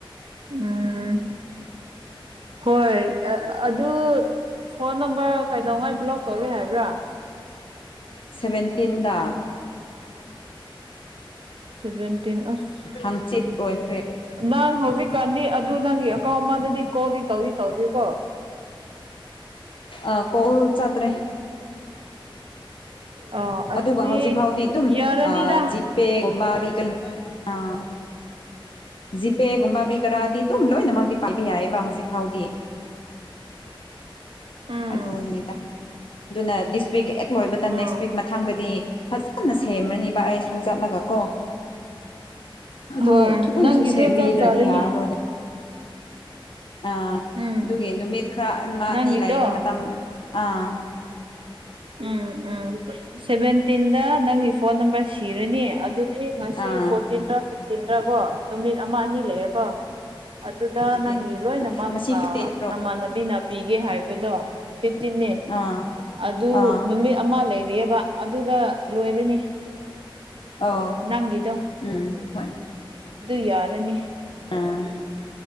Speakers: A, on the right (about 70°); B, on the left (about 70°).
A: ꯎꯝ ꯍꯣꯏ ꯑꯗꯨ ꯐꯣꯟ ꯅꯝꯕꯔ ꯀꯩꯗꯧꯉꯩ ꯕ꯭ꯂꯣꯛ ꯇꯧꯒꯦ ꯍꯥꯏꯕ꯭ꯔꯥ
B: ꯁꯦꯚꯦꯟꯇꯤꯟꯗ
A: ꯁꯚꯦꯟꯇꯤꯟ ꯑꯁ
B: ꯍꯪꯆꯤꯠ ꯑꯣꯏꯈ꯭ꯔꯦ
A: ꯅꯪ ꯍꯧꯖꯤꯛꯀꯥꯟꯗꯤ ꯑꯗꯨ ꯅꯪꯒꯤ ꯑꯦꯀꯥꯎꯟ ꯑꯃꯗꯗꯤ ꯀꯣꯜꯗꯤ ꯇꯧꯗꯤ ꯇꯧꯗꯦꯀꯣ
B: ꯑꯥ ꯀꯣꯜ ꯆꯠꯇ꯭ꯔꯦ
A: ꯑꯣ ꯑꯗꯨꯗꯤ
B: ꯑꯗꯨꯒ ꯍꯧꯖꯤꯛ ꯐꯥꯎꯗꯤ ꯑꯗꯨꯝ
A: ꯌꯥꯔꯅꯤꯗ
B: ꯑꯥ ꯖꯤꯄꯦ ꯒꯨꯝꯕ ꯀꯔꯤ ꯀꯤ ꯑꯥ ꯖꯤꯄꯦꯒꯨꯝꯕ ꯀꯔꯤꯀꯔꯥꯗꯤ ꯑꯗꯨꯝ ꯂꯣꯏꯅꯃꯛꯇꯤ ꯄꯥꯏꯕ ꯌꯥꯏꯌꯦꯕ ꯍꯧꯖꯤꯛ ꯐꯥꯎꯗꯤ
A: ꯎꯝ
B: ꯑꯗꯨꯅꯤꯗ ꯑꯗꯨꯅ ꯗꯤꯁ ꯋꯤꯛ ꯍꯦꯛ ꯂꯣꯏꯕꯗ
A: ꯎꯝ
B: ꯅꯦꯛꯁ ꯋꯤꯛ ꯃꯊꯥꯡꯗꯗꯤ ꯐꯖꯅ ꯁꯦꯝꯔꯅꯤꯕ ꯑꯩꯁꯨ ꯆꯠꯂꯒ ꯀꯣ ꯑꯗꯨ
A: ꯍꯣꯏ
B: ꯊꯨꯅꯁꯨ
A: ꯅꯪꯒꯤꯗꯣ
B: ꯁꯦꯝꯕꯤꯗ꯭ꯔꯗꯤ
A: ꯆꯠ ꯆꯥꯔꯅꯤ
B: ꯌꯥꯔꯔꯣꯏꯗ ꯑꯥ
A: ꯎꯝ
B: ꯑꯗꯨꯒꯤ ꯅꯨꯃꯤꯠ ꯈꯔ ꯑꯃ
A: ꯅꯪꯒꯤꯗꯣ
B: ꯑꯅꯤ ꯂꯩꯕ ꯃꯇꯝꯗ ꯑꯥ
A: ꯎꯝ ꯎꯝ ꯁꯚꯦꯟꯇꯤꯟꯗ ꯅꯪꯒꯤ ꯐꯣꯟ ꯅꯝꯕꯔ ꯁꯤꯔꯅꯤ ꯑꯗꯨꯗꯤ ꯉꯁꯤ
B: ꯑꯥ
A: ꯐꯣꯔ ꯐꯤꯐꯇꯤꯟꯔ ꯁꯤꯛꯁꯇꯤꯟꯗ ꯀꯣ ꯅꯨꯃꯤꯠ ꯑꯃ ꯑꯅꯤ ꯂꯩꯌꯦꯀꯣ ꯑꯗꯨꯗ
B: ꯐꯤꯐꯇꯤꯟ
A: ꯅꯪꯒꯤ ꯂꯣꯏꯅꯃꯛ
B: ꯉꯁꯤ
A: ꯑꯥ
B: ꯐꯤꯐꯇꯤꯟ ꯅꯠꯇ꯭ꯔꯣ
A: ꯅꯃꯥꯅꯕꯤ ꯅꯥ ꯄꯤꯒꯦ ꯍꯥꯏꯕꯗꯣ ꯐꯤꯐꯇꯤꯟꯅꯦ
B: ꯑꯥ
A: ꯑꯗꯨ
B: ꯑꯥ
A: ꯅꯨꯃꯤꯠ ꯑꯃ ꯂꯩꯔꯤꯌꯦꯕ ꯑꯗꯨꯗ ꯂꯣꯏꯔꯅꯤ
B: ꯑꯧ
A: ꯅꯪꯒꯤꯗꯣ
B: ꯎꯝ ꯍꯣꯏ
A: ꯑꯗꯨ ꯌꯥꯔꯅꯤ
B: ꯎꯝ